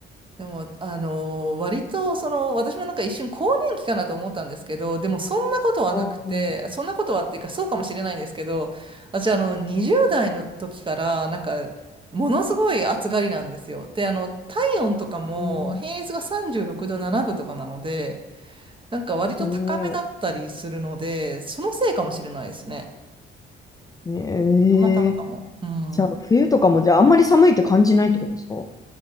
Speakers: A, on the right (about 25°); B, on the left (about 20°).
A: でも、あのー割と、その、私もなんか一瞬更年期かなと思ったんですけど、でもそんなことはなくて、
B: ああ、
A: そんなことはっていうか、そうかもしれないんですけど、私、あの、20代の時から、なんか、ものすごい暑がりなんですよ。で、あの、体温とかも、
B: うん。
A: 平熱が36度7分とかなので、なんか割と高めだったりするので、
B: おお。
A: そのせいかもしれないですね。
B: ねえ
A: たまたまかも。うん。
B: じゃあ、冬とかも、じゃあ、あんまり寒いって感じないってことですか